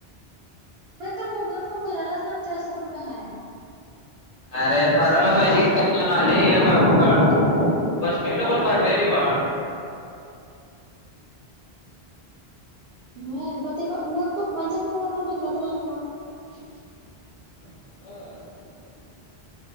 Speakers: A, on the right; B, on the left.
A: पण गुगल फोर्म भरायलाच लागतोय असं कुठं आहे.
B: अरे परवाला पहिज कले कत काढ. फस् नबर भरलेलीि वा.
A: हो मग ते मग पप्पांच्या फोन वन भरला तर राहा फॉर्म.
B: <inaudible>